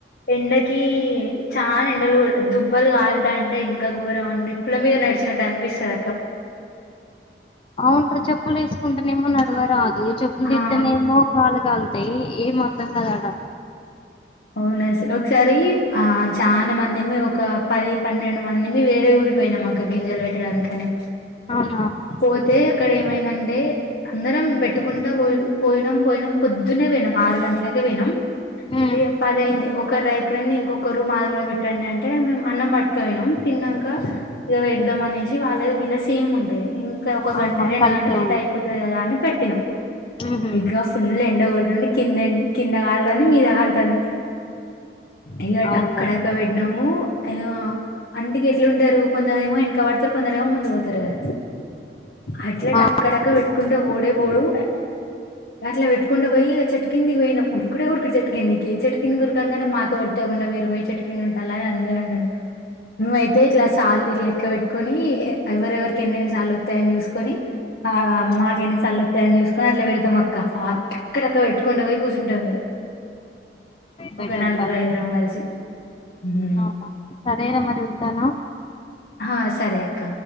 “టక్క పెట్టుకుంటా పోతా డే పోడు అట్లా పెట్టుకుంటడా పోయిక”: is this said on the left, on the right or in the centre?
Left